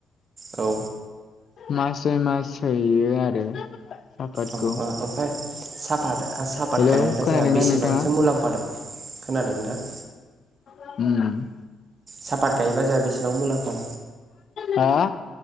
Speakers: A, on the right; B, on the left.
A: औ
B: मासय मास हैयो आरो। सापातखौ
A: अ अ ओमफाय साहफाट ओ सापाट
B: हेलौ
A: गायोब्ला
B: खोनादोंना
A: जोंहा बेसेबांसो
B: नोंथाङा?
A: मुलाम्फा दं? खोनादो नोंथां?
B: उम
A: सापाट गायोबा जोंहा बिसिबां मुलाम्फा
B: हा?